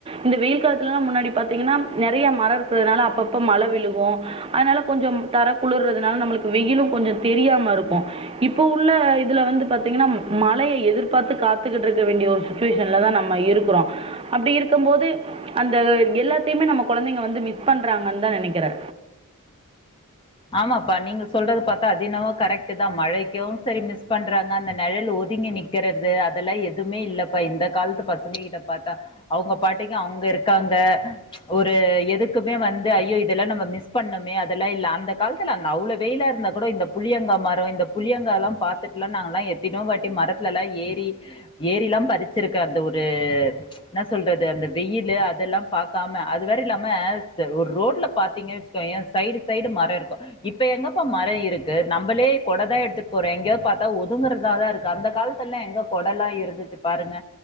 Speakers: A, on the right (about 25°); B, on the left (about 20°).
A: இந்த வெயில் காலத்துலல்லா முன்னாடி பாத்தீங்கன்னா நெறைய மர இருக்கிறதுனால அப்பப்ப மழ விழுகு அதனால கொஞ்ச தர குளிர்றதுனால நம்மளுக்கு வெயிலு கொஞ்ச தெரியாம இருக்கு இப்போ உள்ள இதுல வந்து பாத்தீங்கன்னா மழய எதிர்பாத்து காத்துக்கிட்டு இருக்க வேண்டிய ஒரு சு ச்வேஷன்ல தா நம்ம இருக்கறோ அப்டி இருக்கம் போது அந்த எல்லாத்தையுமே நம்ம கொழந்தைங்க வந்து மிஸ் பண்றாங்கன்னு தா நெனைக்கிறே
B: ஆமாப்பா நீங்க சொல்றது பாத்தா அதென்னவோ கரெக்ட் தா மழைக்கு சரி மிஸ் பண்றாங்க அந்த நெழல் ஒதுங்கி நிக் நிக்கறது அதெல்லா எதுமே இல்லப்பா இந்த காலத்து பசங்க கிட்ட பாத்தா அவுங்க பாட்டுக்கு அவுங்க இருக்காங்க ஒரு எதுக்குமே வந்து ஐயோ இதெல்லா நம்ம மிஸ் பண்ணமே அதெல்லா இல்ல அந்த காலத்தில அந்த அவ்ளோ வெயிலா இருந்த கூட இந்த புளியங்கா மரம் இந்த புளியங்கால்லா பாத்தட்டுலா நாங்களா தினோ வாட்டி மரத்துலல்லா ஏறி ஏறிலா பறிச்சிருக்க அந்த ஒரு என்ன சொல்றது அந்த வெயிலு அதெல்லா பாக்காம அது வேற இல்லாம ச ஒரு ரோட்ல பாத்தீங்க ச்சு கோயே சைடு சைடு மரோ இருக் ப்ப இப்ப எங்கப்பா மர இருக்கு நம்மளே கொடதா எடுத்துட்டு போறோ எங்கயோ பாத்தா ஒதுங்கறதா தா இருக்கு அந்த காலத் துல எங்க கொடலா இருந்துச்சு பாருங்க